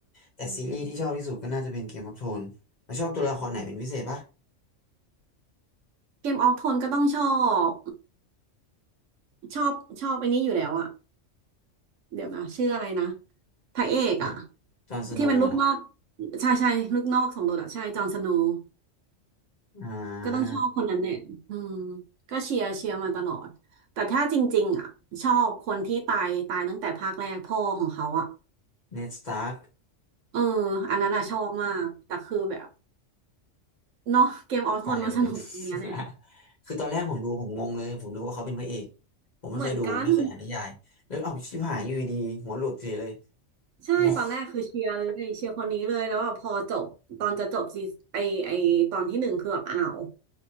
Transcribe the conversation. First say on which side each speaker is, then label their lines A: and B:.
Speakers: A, on the left (about 40°); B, on the right (about 75°).
A: แต่ซีรีส์ที่ชอบที่สุดก็น่าจะเป็นเกมออฟโทนแล้วชอบตัวละครไหนเป็นพิเศษปะ
B: อืมเกมออกโทนก็ต้องชอบชอบชอบไอ้นี้อยู่แล้วอะเดี๋ยวนะชื่ออะไรนะพระเอกอะ
A: ครับจอห์นสโนว์เหรอ
B: ที่เป็นลูกนอกใช่ใช่ลูกนอกสมโดดอะใช่จอห์นสโนว์
A: อ่า
B: ก็ต้องชอบคนนั้นเนี่ยอืมก็เชียร์เชียร์มาตลอดแต่ถ้าจริงๆอ่ะชอบคนที่ตายตายตั้งแต่ภาคแรกพ่อของเขาอ่ะ
A: เนดสตาร์ก
B: เอออันนั้นอ่ะชอบมากแต่คือแบบเนาะเกมออโทนมันสนุกตรงเนี้ยแหละ
A: ตายเร็วไปหน่อย <laughs> คือตอนแรกผมดูผมงงเลยผมนึกว่าเขาเป็นพระเอกผมไม่เคยดูไม่เคยอ่านนิยายแล้วเอ้าชิบหายอยู่ดีๆหัวหลุดเฉยเลย
B: เหมือนกันใช่ตอนแรกคือเชียร์เลยเชียร์คนนี้เลยแล้วว่าพอจบตอนจะจบซีไอไอตอนที่หนึ่งคือแบบอ้าว
A: งง